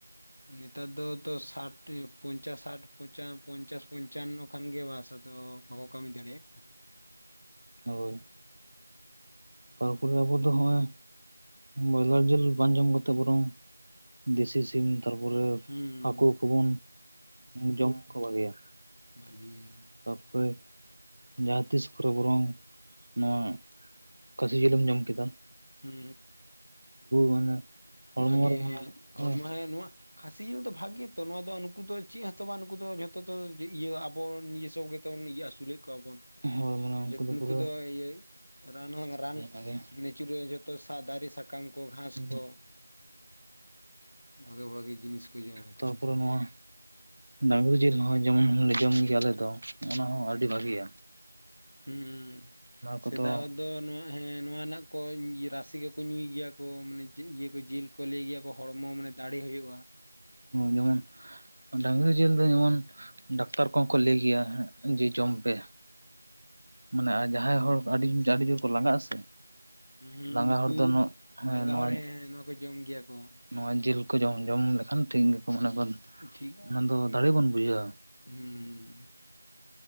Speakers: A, on the left; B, on the right.
A: ᱱᱮᱛᱟᱫ ᱫᱚ ᱛᱚ ᱥᱟᱴ ᱯᱚᱧᱪᱟᱥ ᱥᱟᱴ ᱯᱚᱸᱪᱟ ᱯᱚᱧᱪᱟᱥ ᱯᱚᱧᱪᱟᱱᱱᱚ ᱠᱷᱟᱱᱜᱮ ᱵᱟᱥ ᱟᱫᱚ ᱵᱟᱠᱚ ᱠᱟᱹᱢᱤ ᱫᱟᱲᱮᱭᱟᱜ ᱠᱟᱱᱟ ᱾
B: ᱦᱳᱭ ᱛᱟᱨᱯᱚᱨᱮ ᱟᱵᱚ ᱫᱚ ᱦᱚᱸᱜᱼᱚᱭ ᱵᱚᱭᱞᱟᱨ ᱡᱮᱹᱞ ᱵᱟᱝ ᱡᱚᱢ ᱠᱟᱛᱮ ᱵᱚᱨᱚᱝ ᱫᱮᱹᱥᱤ ᱥᱤᱢ ᱛᱟᱨᱯᱚᱨᱮ
A: ᱦᱩᱸ
B: ᱦᱟᱹᱠᱳ ᱠᱚᱵᱚᱱ ᱡᱚᱢ ᱠᱚ ᱵᱷᱟᱹᱜᱮᱭᱟ ᱾
A: ᱵᱷᱟᱹᱜᱤᱭᱟ
B: ᱛᱟᱯᱚᱨᱮ ᱡᱟᱦᱟᱸ ᱛᱤᱥ ᱠᱚᱨᱮ ᱵᱚᱨᱚᱝ ᱱᱚᱣᱟ ᱠᱟᱹᱥᱤ ᱡᱮᱹᱞᱮᱢ ᱡᱚᱢ ᱠᱮᱫᱟ ᱾
A: ᱦᱩ ᱦᱩ
B: ᱢᱟᱱᱮ ᱦᱚᱲᱢᱚ
A: ᱵᱷᱟᱜᱮ
B: ᱨᱮ ᱢᱟᱱᱮ
A: ᱦᱚᱲᱢᱚ ᱦᱮᱸ ᱱᱚᱣᱟ ᱠᱷᱟᱹᱥᱤ ᱡᱤᱞ ᱫᱚ ᱵᱷᱟᱜᱤ ᱛᱚ ᱱᱚᱣᱟ ᱫᱚ ᱩᱱᱠᱩ ᱫᱚ ᱪᱮᱫ ᱦᱚᱛᱚ ᱵᱟᱝ ᱱᱩᱠᱩ ᱫᱚ ᱡᱷᱚᱛᱚ ᱫᱚ ᱤᱭᱟᱹ ᱟᱵᱚ ᱱᱤᱡᱮᱹ ᱥᱚᱵᱽ ᱛᱚᱝ ᱱᱤᱡᱮᱹ ᱟᱹᱥᱩᱞᱮᱜ ᱠᱚᱣᱟ ᱵᱚᱱ
B: ᱦᱳᱭ ᱢᱟᱱᱮ ᱩᱱᱠᱩ
A: ᱡᱮᱹᱛ ᱱᱩᱠᱩ
B: ᱯᱩᱨᱟᱹ
A: ᱫᱚ ᱤᱭᱟᱹᱭ ᱨᱟᱱ ᱦᱚᱝ ᱨᱟᱱ
B: ᱟ
A: ᱯᱨᱤᱪᱩᱨᱮ ᱡᱚᱛᱚ ᱥᱟ ᱫᱟᱨᱮ ᱥᱟᱠᱟᱢ ᱠᱚ ᱜᱷᱟᱥ
B: ᱜᱮ
A: ᱠᱚ ᱵᱷᱟᱜᱤ ᱵᱷᱟᱜᱤ ᱡᱤᱱᱤᱥ ᱠᱚ ᱡᱚᱢᱟᱠᱚ
B: ᱛᱟᱯᱚᱨᱮ ᱱᱚᱣᱟ ᱰᱟᱝᱨᱤ ᱡᱤᱞ ᱦᱚᱸ ᱡᱮᱢᱚᱱᱞ ᱞᱮ ᱡᱚᱢ ᱜᱮᱭᱟ ᱟᱞᱮ ᱫᱚ ᱚᱱᱟ ᱦᱚᱸ ᱟᱹᱰᱤ ᱵᱷᱟᱜᱭᱟ
A: ᱦᱩᱸ
B: ᱠᱚᱫᱚ
A: ᱥᱮᱴ ᱫᱚ ᱱᱚᱣᱟ ᱦᱮᱸ ᱱᱚᱣᱟ ᱨᱮᱱᱟᱜ ᱠᱚ ᱨᱟᱥᱮ ᱠᱚᱠᱚ ᱧᱩᱭ ᱜᱮᱭᱟ ᱠᱚ ᱢᱟᱱᱮ ᱤᱭᱟᱹ ᱠᱚ ᱡᱤᱞ ᱠᱟᱹᱞᱤ ᱜᱮᱭᱟ ᱠᱚ ᱦᱚᱲᱢᱚ ᱢᱟᱱᱮ ᱫᱟᱲᱮ ᱦᱩᱭᱩᱜᱼᱟ
B: ᱡᱮᱢᱚᱱ ᱰᱟᱝᱨᱤ ᱡᱤᱞ ᱫᱚ ᱡᱮᱢᱚᱱ ᱰᱟᱠᱛᱟᱨ ᱠᱚᱦᱚᱸ ᱠᱚ ᱞᱟᱹᱭ ᱜᱮᱭᱟ ᱡᱮ ᱡᱚᱢ ᱯᱮ
A: <inaudible>
B: ᱢᱟᱱᱮ ᱡᱟᱦᱟᱸᱭ ᱦᱚᱲ ᱟᱹᱰᱤᱳ ᱟᱹᱰᱤ ᱡᱳᱨ ᱠᱚ ᱞᱟᱜᱟᱜ ᱟᱥᱮ
A: ᱦᱩᱸ ᱦᱩᱸ
B: ᱞᱟᱸᱜᱟ
A: ᱱᱩᱠᱩ
B: ᱦᱚᱲ ᱫᱚ ᱱᱚᱣᱟ
A: ᱞᱟᱸᱜᱟ ᱦᱚᱲ ᱦᱮᱸᱸ ᱱᱚᱶᱟ ᱠᱚ ᱡᱚᱢ ᱜᱮᱭᱟ ᱠᱚ
B: ᱱᱚᱣᱟ ᱡᱤᱞ ᱠᱚ ᱡᱚᱢ ᱡᱚᱢ ᱞᱮᱠᱷᱟᱱ ᱴᱷᱤᱠ ᱜᱮᱠᱚ ᱢᱟᱱᱮ ᱠᱚ
A: ᱴᱷᱤᱠᱟ
B: ᱚᱱᱟ ᱫᱚ ᱫᱟᱲᱮ ᱵᱚᱱ ᱵᱩᱡᱷᱟᱹᱣᱟ
A: ᱦᱩᱸ ᱦᱸ